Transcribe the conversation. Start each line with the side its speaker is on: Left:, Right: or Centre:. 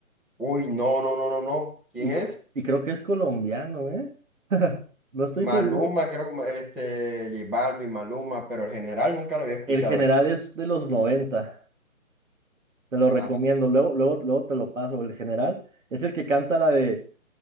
Centre: uy, no, no, no, no, no. ¿Quién
Right: y,
Centre: es?
Right: y creo que es colombiano, ¿eh? <laughs> No estoy
Centre: Maluma,
Right: seguro.
Centre: creo que este, J Balvin, Maluma, pero el general nunca lo había escuchado.
Right: El general es de los 90. te lo recomiendo,
Centre: Ah,
Right: luego, luego, luego te lo paso. El general es el que canta la de,